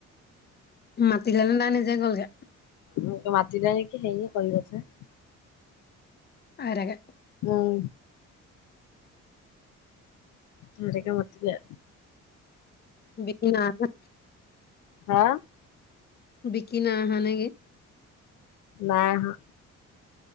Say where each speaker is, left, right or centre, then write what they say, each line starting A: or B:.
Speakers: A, on the left; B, on the left.
A: মাতিলে নে নাই নিজে গ'লগে?
B: মোক মাতিলে নেকি হেৰী <unintelligible>
A: <unintelligible>
B: উম। দুইটাকে মাতিলে।
A: বিকি নাই আহা,
B: হা
A: বিকি নাই আহা নেকি?
B: নাই আহা।